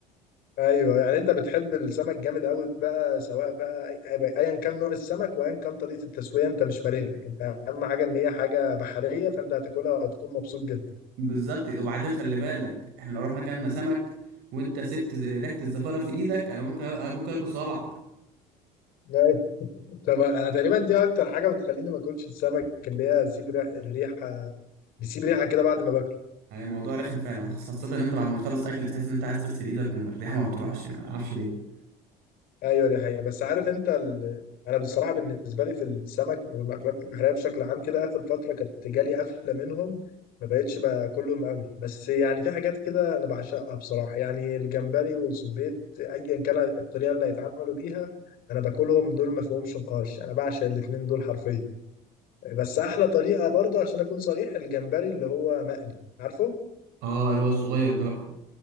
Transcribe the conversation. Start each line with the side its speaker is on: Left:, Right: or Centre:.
Left: ايوه يعني انت بتحب السمك جامد قوي بقى سواء بقى أي- ايا كان نوع السمك وايا كان طريقه التسويه انت مش فارق لك انت اهم حاجه ان هي حاجه بحريه فانت هتاكلها وهتكون مبسوط جدا
Right: بالظبط وبعدين خلي بالك احنا لو رحنا كلنا سمك وانت سبت ز- ريحه الزفاره في ايدك انا ممكن أ- ممكن اكل صوابعك
Left: أيوة. طب انا تقريبا دي اكتر حاجه بتخليني ما اكلش السمك اللي هي سيب ريحه بيسيب ريحه كده بعد ما باكله
Right: هي موضوع رخم فعلا خاصه ان انت بعد ما تخلص اكل تحس ان انت عايز تغسل ايدك والريحه ما بتروحش يعني ما اعرفش ليه
Left: ايوه دي حقيقة بس عارف انت ال... انا بصراحة بالنسبة لي في السمك والمأكولات البحرية بشكل عام كده اخر فترة كانت جالي قفلة منهم ما بقتش باكلهم قوي بس يعني في حاجات كده انا بعشقها بصراحة يعني الجمبري والسبيط ايا كان الطريقة اللي هيتعملوا بيها انا باكلهم دول ما فيهمش نقاش انا بعشق الاتنين دول حرفيا بس احلى طريقة برضو عشان اكون صريح الجمبري اللي هو مقلي عارفه
Right: اه اللي هو الصغير ده بقى